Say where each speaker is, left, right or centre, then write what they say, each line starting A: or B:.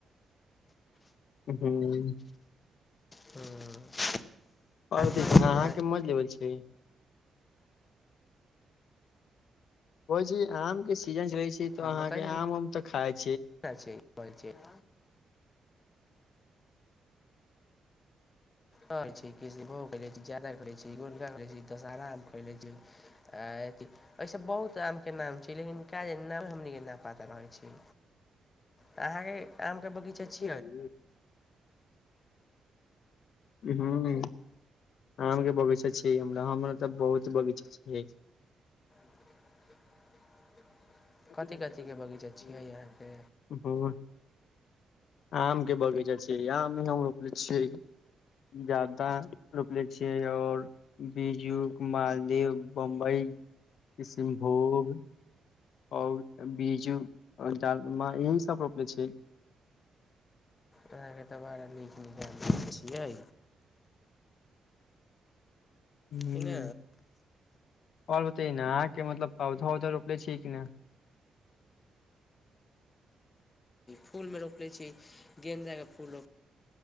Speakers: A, on the left (about 70°); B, on the left (about 30°).
A: हूँ <unintelligible>
B: आब
A: प
B: कहै
A: छै
B: छी ने
A: अहाँके मज लेब छिये कहै छी आम के सीजन रहे छै तऽ
B: हँ
A: अहाँ
B: बतैली
A: के आम
B: ने
A: उम तऽ खाय
B: छै ब छै <unintelligible> <inaudible> किष्नभोग़ खयले छी जारदा खायले छी गोडा आम खैले छी दशहारा आम खयले छी अयसन बहुत आम के नाम छै लेकिन कहे नामे हम नै गिना पा रहल छै अहाँके आम के बगीचा छि
A: क <unintelligible> हूँ आम के बगीचा छियै हमरा हमरा तऽ बहुत बगीचा छै
B: <inaudible>
A: कापी
B: कथी
A: कऽ के
B: कथीके
A: सिरीयल देखय
B: बगीचा छियै
A: छी
B: अहाँके
A: ह आम के बगीचा छै आम नहि हम रोपले छियै जरदा रोपले छियै ओर बीजू मालदेव बम्बई किष्णभोग आओर बीजू डालमा यही सब रोपले छियै
B: अहाँके तऽ बड़ा नीक नीक छियै
A: हूँ
B: कि ना
A: आओर बतैए ने अहाँके मतलब पौधा उधा रोपले छीये कि नहि
B: फूल मे रोप लै छी गेंदा के फूल रोप